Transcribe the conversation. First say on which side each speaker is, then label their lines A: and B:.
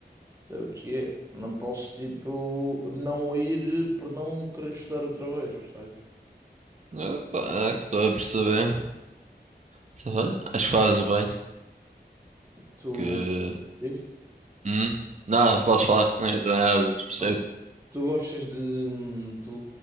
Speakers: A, on the right (about 15°); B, on the right (about 40°).
A: é o que é. Não posso, tipo, não ir por não querer estudar outra vez, percebes?
B: Opa, é que estou a perceber. Só- Acho que fazes bem.
A: Tu.
B: Que.
A: Diz?
B: Hum? Não, posso falar. Não ia dizer nada de especial.
A: Pronto. Tu gostas de hum, tu,